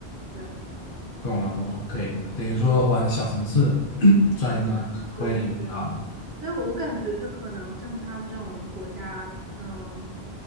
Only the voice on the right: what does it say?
对，
嗯。
嗯，
对对，但我我感觉就可能像他们这种国家，嗯，